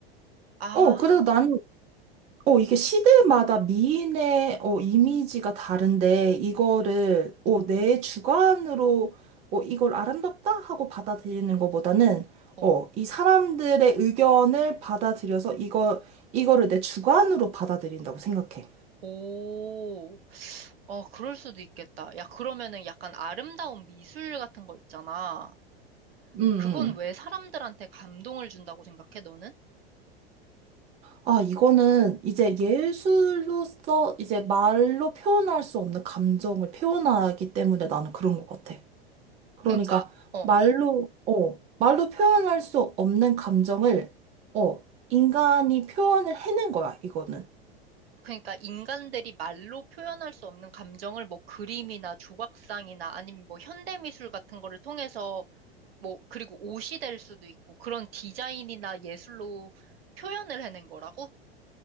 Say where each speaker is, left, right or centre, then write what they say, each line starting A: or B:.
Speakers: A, on the right; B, on the right.
A: 아,
B: 어, 그래서 나는 어, 이게 시대마다 미인의 어, 이미지가 다른데, 이거를 어, 내 주관으로 어, 이걸 아름답다 하고 받아들이는 것보다는
A: 어,
B: 어, 이 사람들의 의견을 받아들여서 이거, 이거를 내 주관으로 받아들인다고 생각해.
A: 오. 어, 그럴 수도 있겠다. 야, 그러면은 약간 아름다운 미술 같은 거 있잖아.
B: 음, 음.
A: 그건 왜 사람들한테 감동을 준다고 생각해, 너는?
B: 아, 이거는 이제 예술로서 이제 말로 표현할 수 없는 감정을 표현하기 때문에 나는 그런 것 같아. 그러니까
A: 그러니까, 어.
B: 말로, 어, 말로 표현할 수 없는 감정을, 어, 인간이 표현을 해낸 거야, 이거는.
A: 그러니까 인간들이 말로 표현할 수 없는 감정을 뭐 그림이나 조각상이나 아니면 뭐 현대미술 같은 거를 통해서 뭐 그리고 옷이 될 수도 있고 그런 디자인이나 예술로 표현을 해낸 거라고?